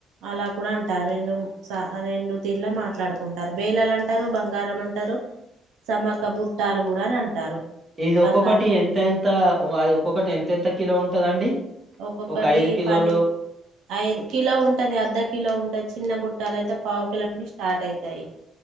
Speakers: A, on the right (about 90°); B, on the right (about 35°).
A: అలా కూడా అంటారు రెండు సా రెండు తీర్లా మాట్లాడుకుంటారు బేలలంటారు బంగారం అంటారు సమక్క బుట్టాలు కూడా అని అంటారు
B: ఇది
A: బంగారు
B: ఒక్కొక్కటి ఎంత ఎంత అది ఒక్కొక్కటి ఎంత ఎంత కిలో ఉంటదండి
A: ఒక్కొక్కటి
B: ఒక ఐదు కిలోలు
A: పది ఐదు కిలో ఉంటది అర్ధ కిలో ఉంటది చిన్న బుట్టాల అయితే పావు కిలోండి స్టార్ట్ అయితాయి